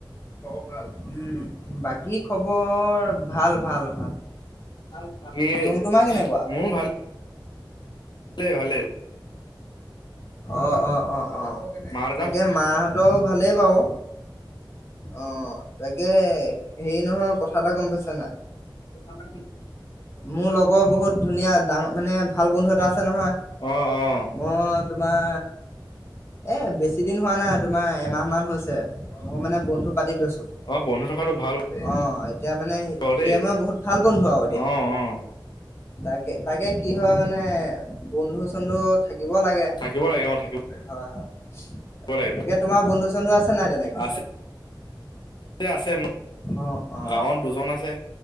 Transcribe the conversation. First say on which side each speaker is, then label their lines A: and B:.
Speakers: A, on the left; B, on the left.
A: উম বাকী খবৰ ভাল? উম, বাকী খবৰ ভাল ভাল।
B: ভাল ভাল,
A: তুম
B: তোমাৰ
A: কেনেকুৱা
B: কেনেকোৱা? মোৰো ভাল, ভাল ভালে।
A: অ অ অ অ
B: মা
A: তাকে
B: দেউতা
A: মাহতৰো ভালে বাৰু। অ তাকে হেৰি নহয় কথা এটা গম পইচা নাই?
B: <inaudible>
A: মোৰ লগত বহুত ধুনীয়া ডা মানে ভাল বন্ধু এটা আছে নহয়,
B: অ অ অ
A: মই তোমাৰ এ বেছি দিন হোৱা নাই তোমাৰ এমাহ মান হৈছে। মই মানে বন্ধু পাতি লৈছোঁ।
B: অ বন্ধু থকাটো ভাল
A: অ এতিয়া মানে
B: বাৰু
A: সি
B: দেই
A: এ মই বহুত ভাল বন্ধু আৰু এতিয়া।
B: অ অ
A: তাকে তাকে কি হয় মানে বন্ধু চন্ধু থাকিব লাগে,
B: থাকিব লাগে অ থাকিব
A: হয় হয়।
B: লাগেতো
A: তাকে তোমাৰ বন্ধু চন্ধু আছে নাই তেনেকে?
B: আছে আছে মোৰ
A: অ অ
B: গাঁৱত দুজন আছে।